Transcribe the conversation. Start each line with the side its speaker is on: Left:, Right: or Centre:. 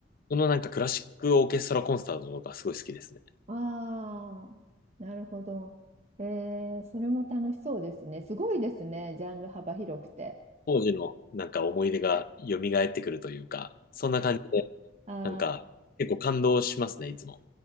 Left: そのなんかクラシックオーケストラコンサートとかすごい好きですね。
Right: ああ、なるほど。えー、それも楽しそうですね。すごいですね、ジャンル幅広くて。
Left: 当時のなんか思い出が蘇ってくるというか、そんな感じで、
Right: あー
Left: なんか結構感動しますね、いつも。